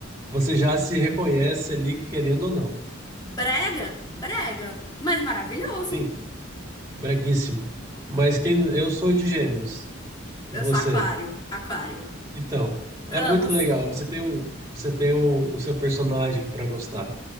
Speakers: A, on the right (about 15°); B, on the left (about 20°).
A: você já se reconhece ali, querendo ou não.
B: brega, brega, mas maravilhoso.
A: Sim, breguíssimo. Mas quem, eu sou de Gêmeos. Você.
B: Eu sou aquário, aquário.
A: Então, é
B: Camus.
A: muito legal. Você tem um, você tem o, o seu personagem para gostar.